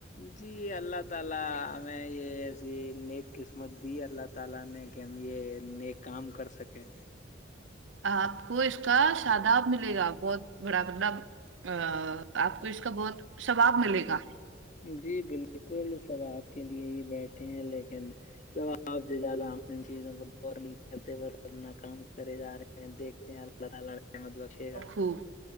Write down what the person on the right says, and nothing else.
آپ کو اس کا ساداب ملے گا بہت بڑا مطلب ا آپ کو اس کا بہت ثواب ملے گا
ہوں